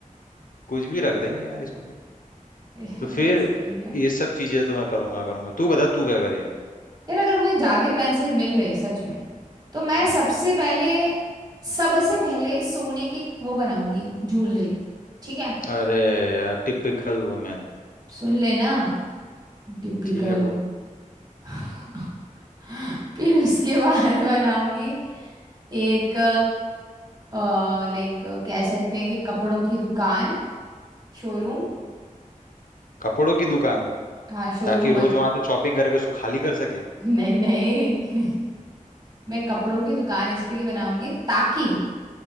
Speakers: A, on the left (about 75°); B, on the right (about 30°).
A: कुछ भी रख देंगे यार इसमें क्या
B: <laughs>
A: तो फिर
B: सही है
A: ये सब चीजें तो मैं करूंगा करूंगा तू बता तू क्या करेगी
B: यार अगर मुझे जादुई पेंसिल मिल गई सच में तो मैं
A: हम्म
B: सबसे पहले सबसे पहले सोने के वो बनाऊंगी ज्वेलरी ठीक है
A: अरे यार टिपिकल वुमेन
B: सुन लेना टिपिकल
A: ठीक है बोल
B: <laughs> फिर उसके बाद बनाऊंगी एक लाइक कह सकते हैं कि कपड़ों की दुकान शोरूम
A: कपड़ों की दुकान
B: हाँ शोरूम
A: ताकि
B: बना
A: रोज वहां से शॉपिंग करके उसको खाली कर सके
B: <laughs> नहीं नहीं <laughs> मैं कपड़ों की दुकान इसके लिए बनाऊंगी ताकि